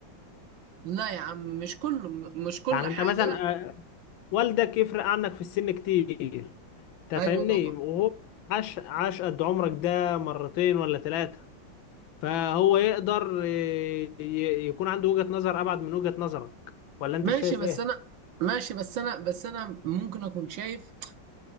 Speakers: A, on the right (about 75°); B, on the left (about 80°).
A: لا يا عم مش كله مش كل
B: يعني
A: حاجة
B: انت مثلا آه، والدك يفرق عنك في السن كتير انت
A: ايوه
B: فاهمني
A: طبعا
B: وهو عاش عاش قد عمرك ده مرتين ولا ثلاثه فهو
A: آه.
B: يقدر آه، ي- يكون عنده وجهه نظر ابعد من وجهه نظرك ولا انت
A: ماشي
B: شايف
A: بس
B: ايه
A: انا ماشي بس انا بس انا ممكن اكون شايف